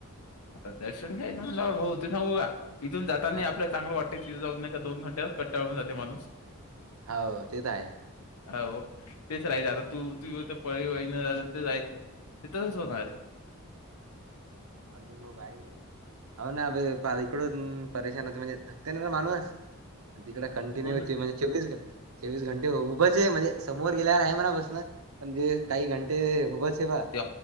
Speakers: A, on the left; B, on the right.
A: आता दर्शन घ्यायच म्हणल्यावर भाऊ तथ <unintelligible> नकूघा इथून जातानी
B: हा
A: आपला चांगलं वाट त्याची जाऊज नका दोन घंट्यात कंटाळून जाते माणूस.
B: होव ते त आहे.
A: हव तेच राहाच आता तू तू पळी वळी न रा तर जायचं. <unintelligible> तिथंच होणार हे.
B: <unintelligible> अर्जुन भाऊ बाहेर गेले. आव ना वे फार इकड परेशान होत म्हणजे थकते ना <unintelligible> ना माणूस तिकड कंटिन्यू
A: थकून जातो.
B: चे म्हणजे चोवीस घं चोवीस घंटे उभंच हे म्हणजे समोर गेल्यावर आहे म्हणा बसनं. म्हणजे काही घंटे उभच हे बा
A: ते